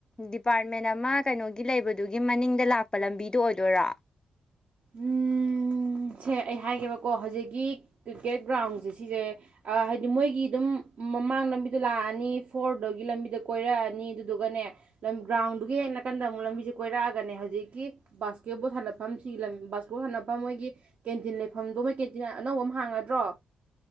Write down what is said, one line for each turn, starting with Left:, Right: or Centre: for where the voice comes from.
Left: ꯗꯤꯄꯥꯔꯠꯃꯦꯟ ꯑꯃ ꯀꯩꯅꯣꯒꯤ ꯂꯩꯕꯗꯨꯒꯤ ꯃꯅꯤꯡꯗ ꯂꯥꯛꯄ ꯂꯝꯕꯤꯗꯣ ꯑꯣꯏꯗꯣꯏꯔꯥ
Right: ꯎꯝ.. ꯁꯦ ꯑꯩ ꯍꯥꯏꯒꯦꯕꯀꯣ ꯍꯧꯖꯤꯛꯀꯤ ꯀ꯭ꯔꯤꯀꯦꯠ ꯒ꯭ꯔꯥꯎꯟꯖꯦ ꯁꯤꯖꯦ ꯑ ꯍꯥꯏꯗꯤ ꯃꯣꯏꯒꯤ ꯑꯗꯨꯝ ꯃꯃꯥꯡ ꯂꯝꯕꯤꯗ ꯂꯥꯛꯑꯅꯤ ꯐꯣꯔꯗꯨꯒꯤ ꯂꯝꯕꯤꯗ ꯀꯣꯏꯔꯛꯑꯅꯤ ꯑꯗꯨꯗꯨꯒꯅꯦ ꯂꯝ ꯒ꯭ꯔꯥꯎꯟꯗꯨꯒꯤ ꯍꯦ ꯅꯥꯀꯟꯗ ꯑꯃꯨꯛ ꯂꯝꯕꯤꯖꯦ ꯀꯣꯏꯔꯛꯑꯒꯅꯦ ꯍꯧꯖꯤꯛꯀꯤ ꯕꯥꯁꯀꯦꯠꯕꯣꯜ ꯁꯥꯟꯅꯐꯝ ꯁꯤꯒꯤ ꯂꯝ ꯕꯥꯁꯕꯣꯜ ꯁꯥꯟꯅꯐꯝ ꯃꯣꯏꯒꯤ ꯀꯦꯟꯇꯤꯟ ꯂꯩꯐꯝꯗꯣ ꯃꯣꯏ ꯀꯦꯟꯇꯤꯟ ꯑꯅꯧꯕ ꯑꯃ ꯍꯥꯡꯉꯗ꯭ꯔꯣ